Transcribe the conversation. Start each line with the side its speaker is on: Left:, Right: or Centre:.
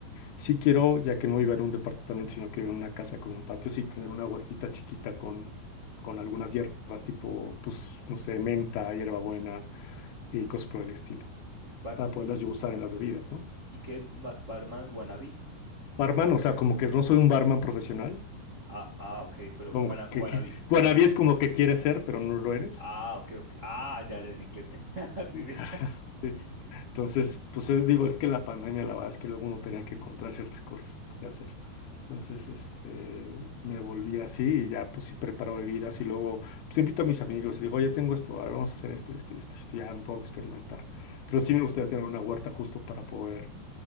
Left: Sí quiero, ya que no vivo en un departamento, sino que vivo en una casa con un patio, sí tener una huertita chiquita con, con algunas hierbas tipo, pues, no sé, menta, hierbabuena y cosas por el estilo,
Right: Bar,
Left: para poderlas
Right: ¿y, qué,
Left: yo usar en las bebidas, ¿no?
Right: y qué es ba- Barman Wannabe?
Left: Barman, o sea, como que no soy un barman profesional.
Right: Ah, ah, ok, pero
Left: Como
Right: wanna-
Left: que,
Right: Wannabe,
Left: que, wannabe
Right: Wannabe.
Left: es como que quieres ser, pero no lo eres.
Right: Ah, ok, ok. Ah, ya, ya en inglés. <laughs> Sí,
Left: <laughs>
Right: sí.
Left: Sí. Entonces, pues eh, digo, es que la pandemia, la verdad es que luego uno tenía que encontrar ciertas cosas que hacer. Entonces,
Right: Sí.
Left: este, me volví así y ya, pues sí preparo bebidas y luego, pues invito a mis amigos y digo, oye, tengo esto, ahora vamos a hacer esto y esto y esto, y esto, ya me puedo experimentar. Pero sí me gustaría tener una huerta justo para poder